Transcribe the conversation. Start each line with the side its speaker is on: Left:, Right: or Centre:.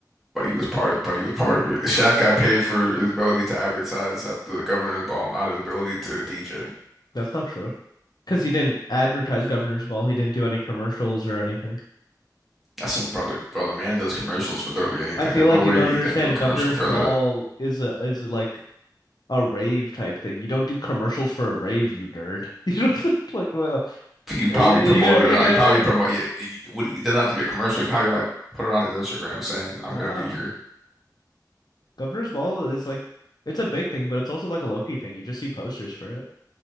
Centre: But he was part of but he was part of it. Shaq got paid for his ability to advertise at the governor's ball, not his ability to DJ.
Left: That's not true. Because he didn't advertise Governor's Ball. He didn't do any commercials or anything.
Centre: That's what, brother, bro. The man does commercials for literally anything.
Left: I feel
Centre: There's
Left: like
Centre: no way
Left: you don't
Centre: he
Left: understand.
Centre: didn't do a commercial
Left: Governor's
Centre: for
Left: Ball
Centre: that.
Left: is a is like a rave type thing. You don't do commercials for a rave, you nerd. <laughs> You don't like well,
Centre: He probably
Left: you-
Centre: promoted
Left: are you're
Centre: it out.
Left: gonna
Centre: He probably
Left: turn.
Centre: promote. Yeah, he, would- it doesn't have to be a commercial. He probably like put it on his Instagram saying,
Left: No,
Centre: "I'm gonna be here."
Left: Governor's Ball is like it's a big thing, but it's also like a Loki thing. You just see posters for it.